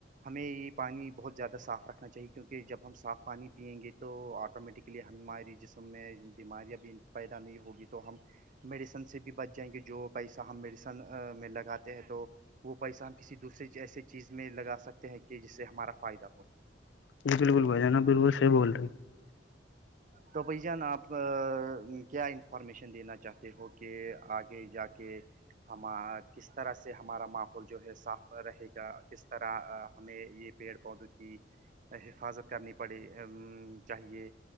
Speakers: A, on the right; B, on the left.
A: ہمیں یہ پانی بہت زیادہ صاف رکھنا چاہیے کیونکہ جب ہم صاف پانی پئیں گے تو آٹومیٹکلی ہماری جسم میں بیماریاں بھی پیدا نہیں ہوگی تو ہم میڈیسن سے بھی بچ جائیں گے جو پیسہ ہم میڈیسن میں لگاتے ہیں تو وہ پیسہ ہم کسی دوسے ایسے چیز میں لگا سکتے ہیں کہ جس سے ہمارا فائدہ ہو
B: جی بالکل بھائی جانہ بو سے بول رہے ہیں
A: تو بھائی جان آپ کیا انفارمیشن دینا چاہتے ہو کہ آگے جا کے ہم کس طرح سے ہمارا ماں وہ جو ہے صاف رہے گا کس طرح ہمیں یہ پیڑ پودوں کی حفاظت کرنی پڑے چاہیے